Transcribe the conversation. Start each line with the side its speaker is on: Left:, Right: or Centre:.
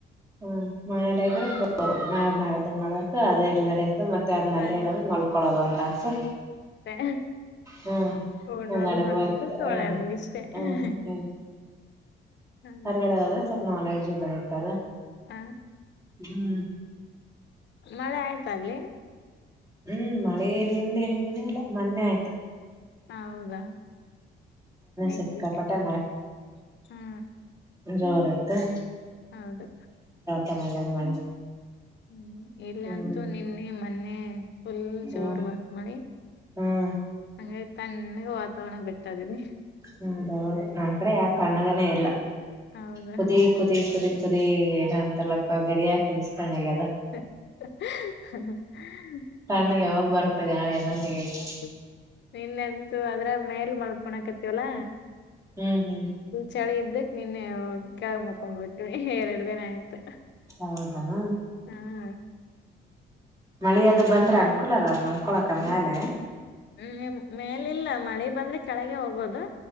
Right: ಹ್ಮ ಮಾನ್ಯಲೆ. <unintelligible> ಮ ಮಾಡ್ದ ಮಾಡ್ಬೆಕ ಅದೇ ಇಲ್ಲಡೆ. ಮತ್ತೆ ಅದನ್ನಲ್ಲೆ
Left: ಸರಿ
Right: ಇಡೋದು ಮಲ್ಕೊಳೋದು ಒಂತಾಸು
Left: ಅಷ್ಟೇ
Right: ಹ್ಮ್
Left: ಉಣ್ಣೋದು
Right: ಹ್ಮ್ ನಡೆಮತ್ತ
Left: ಮಲಗೋದು ತೊಳೆಯೋದು ಇಷ್ಟೇ
Right: ಹ ಹ್ಮ.
Left: ಹ್ಮ್
Right: ಹೊರ್ಗಡೆ ಹೋದ್ರೆ ಸ್ವಲ್ಪ್ ನೊಲೇಜ್ ಜ್ ಬೆಳಿತ್ತದ
Left: ಹ
Right: ಹ್ಮ್.
Left: ಮಳೆ ಆಯ್ತ ಅಲ್ಲಿ.
Right: ಹ್ಮ್ ಮಳೆ ನಿನ್ನೆ ನಿನ್ನೆ ಆಲ್ಲ. ಮೊನ್ನೆ ಆಯ್ತ.
Left: ಹೌದಾ ಹ್ಮ್.
Right: ಸಿಕ್ಕಾಪಟ್ಟೆ ಜೋರಿತ್ತ.
Left: ಹೌದು.
Right: ಚೆನ್ನಾಗ್ ಆದ್ ಮಳಿ.
Left: ಹ್ಮ್ ಇಲ್ಲ
Right: ಹ್ಮ್
Left: ಅಂತೂ ನಿನ್ನೆ ಮೊನ್ನೆ ಫುಲ್ ಜೋರ್
Right: ಹ್ಮ್
Left: ಬಂತ ಮಳಿ
Right: ಹ್ಮ್
Left: ಹಂಗ್ಯಾಗ್ ತಣ್ಣಗ್ ವಾತ್ ತವಣ ಬೆಟ್ ಅದಿನಿ.
Right: ಹೌದೌದು ನಮ್ ಕಡೆ ಯಾವ್ ತಣ್ಣಗನೇ ಇಲ್ಲ.
Left: ಹೌದಾ
Right: ಕುದಿ ಕುದಿ ಕುದಿ ಕುದಿ ಏನೋ ಅಂತರ್ಲಾಕ್ಕ ಗಡಿಯಾವ್ ಕೂದುಸ್ದಂಗ್ ಆಗ್ಯದ್
Left: <unintelligible>
Right: ತಣ್ಣಗ್ ಯಾವಾಗ ಬರುತ್ತ ಗಾಳಿ ಅನ್ನಂಗ ಆಗೈತಿ
Left: ನಿನ್ನೀ ಅಂತೂ ಅದ್ರಾಗ ಮೇಲ ಮಲ್ಕೊನಕತಿವಲ್ಲ
Right: ಹ್ಮ್ ಹ್ಮ್
Left: ಚಳಿ ಇದ್ದಕ್ಕ ನಿನ್ನೆ ಹೋಗಿ ಕೆಳಗ ಮಕ್ಕೊಂಬಿಟ್ವಿ ಎರಡ ದಿನ ಆಯ್ತ್
Right: ಹೌದನ
Left: ಹ್ಮಾ
Right: ಮಳಿ ಅದು ಬಂದ್ರ ಅನುಕೂಲ ಅದ ಮನ್ಕೋಳಕ್ ಮ್ಯಾಲೆ
Left: ಹ್ಮ್ ಹ್ಮ ಮೇಲಿಲ್ಲ ಮಳೆ ಬಂದ್ರೆ ಕೆಳಗೆ ಹೋಗೋದು